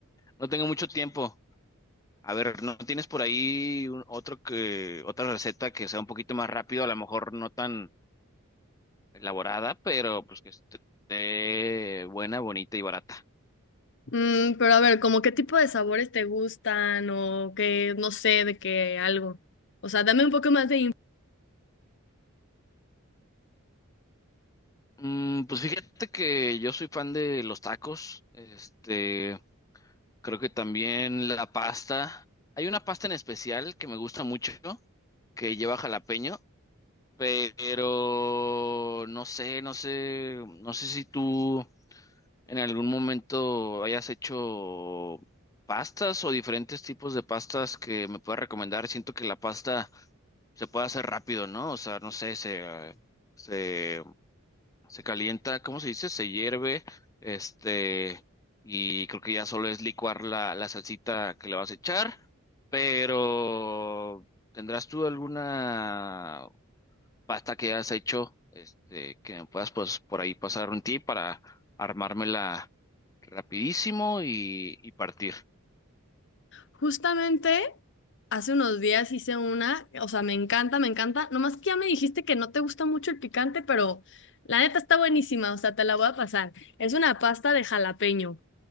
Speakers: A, on the left; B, on the left.
A: No tengo mucho tiempo. A ver, ¿no tienes por ahí un- otro que, otra receta que sea un poquito más rápido, a lo mejor no tan elaborada, pero pues que esté buena, bonita y barata?
B: Mm, pero a ver, como qué tipo de sabores te gustan o qué, no sé, de qué algo. O sea, dame un poco más de
A: Mm, pues fíjate que yo soy fan de los tacos. Este, creo que también la pasta. Hay una pasta en especial que me gusta mucho, que lleva jalapeño, pero no sé, no sé, no sé si tú en algún momento hayas hecho pastas o diferentes tipos de pastas que me puedas recomendar. Siento que la pasta se puede hacer rápido, ¿no? O sea, no sé, se, eh, se, se calienta, ¿cómo se dice? Se hierve, este, y creo que ya solo es licuar la, la salsita que le vas a echar, pero ¿tendrás tú alguna pasta que hayas hecho? Este, que me puedas pues por ahí pasar un tip para armármela rapidísimo y, y partir.
B: Justamente hace unos días hice una, o sea, me encanta, me encanta. Nomás que ya me dijiste que no te gusta mucho el picante, pero la neta está buenísima, o sea, te la voy a pasar. Es una pasta de jalapeño.